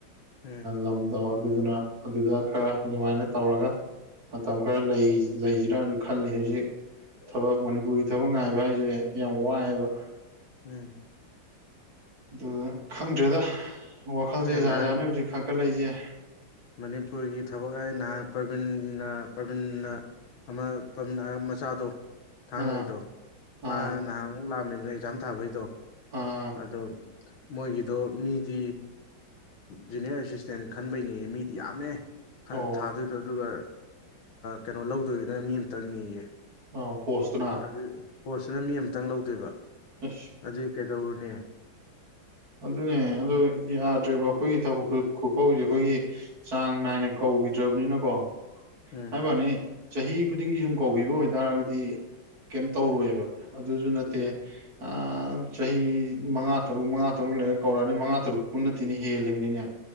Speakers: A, on the left; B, on the right.
A: ꯎꯝ
B: ꯂꯝꯗꯣ ꯑꯗꯨꯗꯨꯅ ꯑꯗꯨꯗ ꯈꯔ ꯑꯗꯨꯃꯥꯏꯅ ꯇꯧꯔꯒ ꯃꯇꯝ ꯈꯔ ꯂꯩꯁꯤꯔꯁꯨ ꯈꯜꯂꯤ ꯍꯧꯖꯤꯛ ꯊꯕꯛ ꯃꯅꯤꯄꯨꯔꯒꯤ ꯊꯕꯛ ꯉꯥꯏꯕ ꯍꯥꯏꯁꯦ ꯌꯥꯝ ꯋꯥꯏꯑꯦꯕ
A: ꯎꯝ
B: ꯑꯗꯨ ꯈꯪꯗ꯭ꯔꯦꯗ ꯋꯥꯈꯜꯁꯦ
A: ꯑꯩ
B: ꯖꯍꯥ
A: ꯅꯍꯥꯟ
B: ꯖꯍꯥꯠꯅ ꯍꯧꯖꯤꯛ ꯈꯟꯒꯠꯂꯛꯏꯁꯦ
A: ꯃꯅꯤꯄꯨꯔꯒꯤ ꯊꯕꯛ ꯍꯥꯏ ꯅꯍꯥꯟ ꯄ꯭ꯔꯕꯤꯟꯅ ꯄ꯭ꯔꯕꯤꯟꯅ ꯑꯃ ꯇꯃꯤꯅ ꯃꯆꯥꯗꯣ ꯊꯥꯡꯉꯩꯗꯣ
B: ꯑꯥ
A: ꯃꯥ
B: ꯑꯥ
A: ꯅꯍꯥꯟꯃꯨꯛ ꯂꯥꯛꯑꯃꯤꯅꯤꯅ ꯑꯦꯛꯖꯥꯝ ꯊꯥꯕꯩꯗꯣ
B: ꯑꯥ
A: ꯑꯗꯣ ꯃꯣꯏꯒꯤꯗꯣ ꯃꯤ ꯗꯤ ꯖꯨꯅꯤꯌꯔ ꯑꯦꯁꯤꯁꯇꯦꯟ ꯈꯟꯕꯩꯅꯤ ꯃꯤꯗꯤ ꯌꯥꯝꯃꯦ
B: ꯑꯣ
A: ꯊꯥꯗꯣꯏꯗꯣ ꯑꯗꯨꯒ ꯀꯩꯅꯣ ꯂꯧꯗꯣꯏꯅ ꯃꯤ ꯑꯃꯇꯪꯅꯤꯌꯦ
B: ꯑ ꯄꯣꯁꯇꯅ
A: ꯑꯗꯨ ꯄꯣꯠꯁꯤꯅ ꯃꯤ ꯑꯃꯇꯪ ꯂꯧꯗꯣꯏꯕ
B: ꯑꯁ
A: ꯑꯗꯨꯗꯤ ꯀꯩꯗꯧꯔꯨꯅꯦ
B: ꯑꯗꯨꯗꯅꯦ ꯑꯗꯨ ꯌꯥꯗ꯭ꯔꯦꯕ ꯑꯩꯈꯣꯏꯒꯤ ꯊꯕꯛ ꯈꯨꯀꯧꯁꯦ ꯑꯩꯈꯣꯏꯒꯤ ꯆꯥꯡ ꯅꯥꯏꯅ ꯀꯧꯈꯤꯗ꯭ꯔꯕꯅꯤꯅꯀꯣ
A: ꯎꯝ
B: ꯍꯥꯏꯕꯅꯤ ꯆꯍꯤ ꯈꯨꯗꯤꯡꯒꯤ ꯁꯨꯝ ꯀꯧꯕꯤꯕ ꯑꯣꯏꯇꯥꯔꯒꯗꯤ ꯀꯩꯝ ꯇꯧꯔꯣꯏꯕ ꯑꯗꯨꯁꯨ ꯅꯠꯇꯦ
A: ꯎꯝ
B: ꯑ ꯆꯍꯤ ꯆꯍꯤ ꯃꯉꯥ ꯇꯔꯨꯛ ꯃꯉꯥ ꯇꯔꯨꯛ ꯇꯔꯨꯛ ꯂꯩꯔ ꯀꯧꯔꯛꯑꯅꯤ ꯃꯉꯥ ꯇꯔꯨꯛ ꯄꯨꯟꯅ ꯇꯤꯅꯤ ꯍꯦꯜꯂꯤꯕꯅꯤꯅꯦ